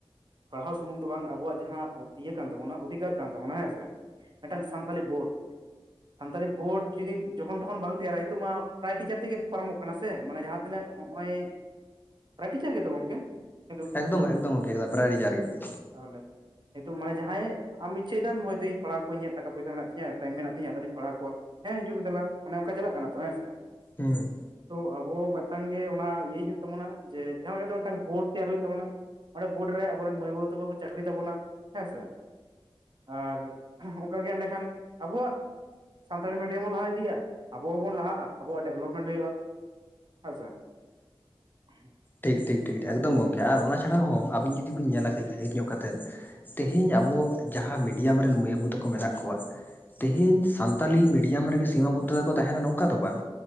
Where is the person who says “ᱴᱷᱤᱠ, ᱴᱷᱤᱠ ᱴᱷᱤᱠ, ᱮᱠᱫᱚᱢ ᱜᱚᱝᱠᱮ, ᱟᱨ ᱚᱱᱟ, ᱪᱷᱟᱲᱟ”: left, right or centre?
Left